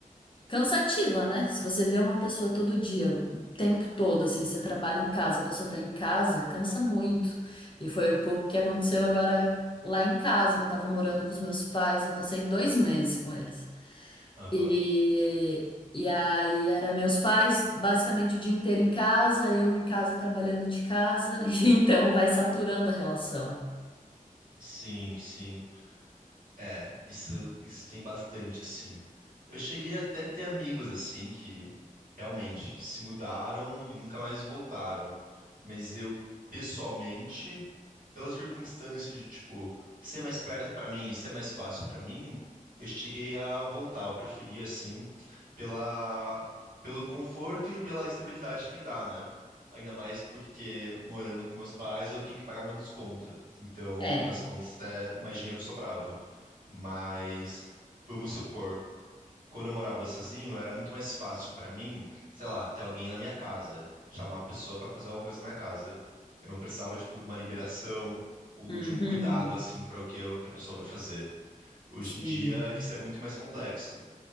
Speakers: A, on the left; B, on the right.
A: cansativa, né? Se você vê uma pessoa todo dia, o tempo todo, assim, você trabalha em casa, a pessoa tá em casa, cansa muito. E foi um pouco o que aconteceu agora lá em casa, que eu tava morando com os meus pais, eu passei dois meses com eles.
B: Aham.
A: E, e aí era meus pais basicamente o dia inteiro em casa, eu em casa trabalhando de casa, <laughs> e então vai saturando a relação.
B: Sim, sim. É, isso, isso tem bastante, assim. Eu cheguei até a ter amigos, assim, que realmente se mudaram e nunca mais voltaram. Mas eu, pessoalmente, pela circunstância de, tipo, ser mais perto pra mim e ser mais fácil pra mim, eu cheguei a voltar. Eu preferi, assim, pela, pelo conforto e pela estabilidade que me dá, né? Ainda mais porque morando com meus pais, eu tenho que pagar menos conta. Então,
A: É.
B: no fim das contas, até mais dinheiro sobrava. Mas, vamos supor quando eu morava sozinho, era muito mais fácil pra mim, sei lá, ter alguém na minha casa, chamar a pessoa pra fazer alguma coisa na minha casa. Eu não precisava, tipo, de uma liberação ou
A: Uhum.
B: de um cuidado, assim, para o que, eu- que a pessoa vai fazer. Hoje
A: Sim.
B: em dia, isso é muito mais complexo.